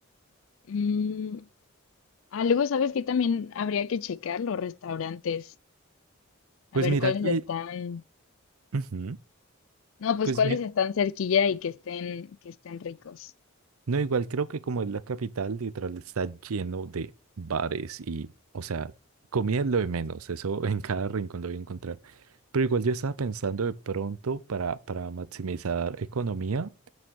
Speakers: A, on the left; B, on the right.
A: mm, ah, luego sabes que también habría que checar los restaurantes,
B: Pues
A: a ver
B: mira
A: cuáles
B: que...
A: están,
B: ujú,
A: no, pues
B: Pues
A: cuáles
B: mi-
A: están cerquilla y que estén, que estén ricos.
B: No, igual creo que como es la capital, literal está lleno de bares y, o sea, comida es lo de menos, eso <laughs> en cada rincón lo voy a encontrar. Pero igual yo estaba pensando de pronto para, para maximizar economía,